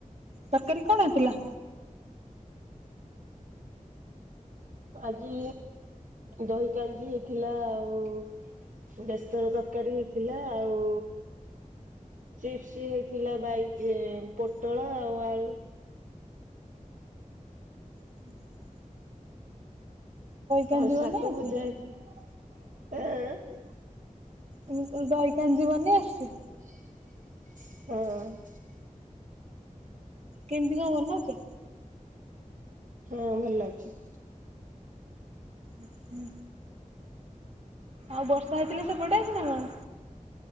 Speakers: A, on the right; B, on the right.
A: ତରକାରୀ କଣ ହେଇଥିଲା?
B: ଆଜି ଦହି କାଞ୍ଜି ହେଇଥିଲା ଆଉ ବେସର ତରକାରୀ ହେଇଥିଲା, ଆଉ ଚିପ୍ସ ହେଇଥିଲା, ବାଇ ପୋଟଳ ଆଉ ଆଳୁ।
A: ହୁଁ। କାଞ୍ଜି
B: ଆଉ ଶାଗ
A: ବନେଇ ଆସିଛି?
B: ଭଜା ହେଇଥିଲା, ଆଁ ଆଁ।
A: ତମକୁ ଦହି କାଞ୍ଜି ବନେଇ ଆସଚି?
B: ହଁ।
A: କେମିତି କଣ ବନୌଚ?
B: ହଁ ଭଲ ଲାଗୁଛି।
A: ହୁଁ। ଆଉ ବର୍ଷା ହେଇଥିଲା ସେ ପଟେ ଆଜି ନା କଣ?